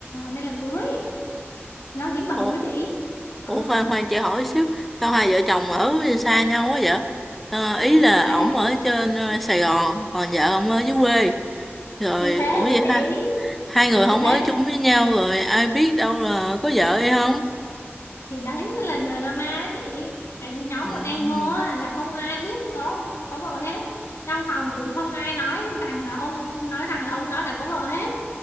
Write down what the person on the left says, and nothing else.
nên là cưới do dính bầu
của chị. Ờ
thì
thế,
thì thế
đó chị.
Thì thế,
thì đấy mới là drama đó chị. Cả nhóm
bọn em vô
á, là không ai biết có có vợ hết. Trong phòng cũng không ai nói rằng là ông nói rằng là ông đó đã có vợ hết.